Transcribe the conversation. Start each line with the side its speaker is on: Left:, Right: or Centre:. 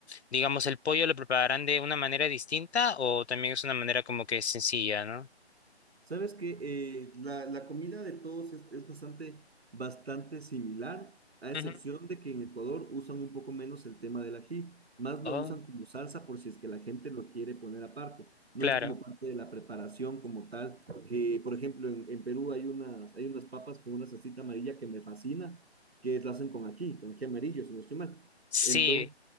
Left: digamos, el pollo lo prepararán de una manera distinta o también es una manera como que sencilla, ¿no?
Right: Sabes que eh, la, la comida de todos es, es bastante, bastante similar, a excepción
Left: Ujú.
Right: de que en Ecuador usan un poco menos el tema del ají, más lo
Left: Oh,
Right: usan como salsa por si es que la gente lo quiere poner aparte. No
Left: claro.
Right: es como parte de la preparación como tal, que por ejemplo en, en Perú hay unas, hay unas papas con una salsita amarilla que me fascina, que la hacen con ají, con ají amarillo, si no estoy mal.
Left: Sí,
Right: Entonces,